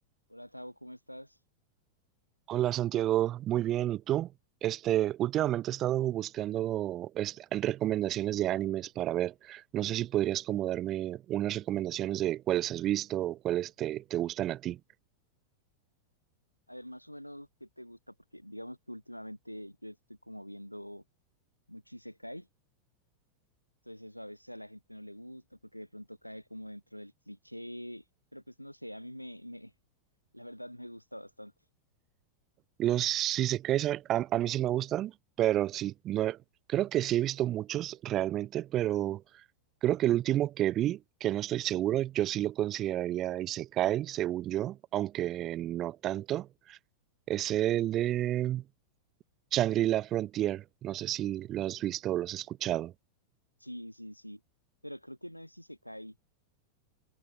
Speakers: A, on the left (about 90°); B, on the right (about 30°).
A: Hola Tavo, ¿cómo estás?
B: Hola Santiago, muy bien, ¿y tú? Este, últimamente he estado buscando este, recomendaciones de animes para ver. No sé si podrías como darme unas recomendaciones de cuáles has visto o cuáles te, te gustan a ti.
A: A ver, más o menos, ¿qué te gusta? Porque digamos que últimamente yo estoy como viendo mucho Isekai, entonces eso a veces a la gente no le gusta porque de pronto cae como dentro del cliché, pero pues no sé, a mí me, me, <laughs> la verdad me gusta bastante.
B: Los isekais a, a, a mí sí me gustan, pero sí, no, he- creo que sí he visto muchos realmente, pero creo que el último que vi, que no estoy seguro, yo sí lo consideraría isekai, según yo, aunque no tanto, es el de... Shangri-La Frontier, no sé si lo has visto o lo has escuchado.
A: Sí, sí, sí, pero creo que no es Isekai,